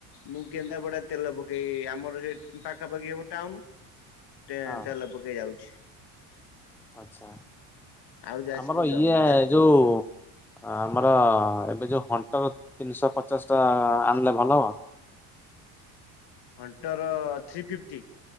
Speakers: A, on the left; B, in the centre.
A: ମୁଁ କେନ୍ଦାପଡ଼ା ତେଲ ପକେଇ, ଆମର ସେ ପାଖାପାଖି ହବ ଟାଉନ। ଟେ
B: ହଁ।
A: ତେଲ ପକେଇ ଯାଉଛି।
B: ଆଛା,
A: ଆଉ ଯାଜପୁର
B: ଆମର
A: ଯାଉନି
B: ଇଏ
A: ଯାଜପୁର
B: ଯୋଉ ଆମର ଏବେ ଯୋଉ ହଣ୍ଟର ତିନିଶହ ପଚାଶ ଟା ଆଣିଲେ ଭଲ ହବ?
A: Hunter three fifty.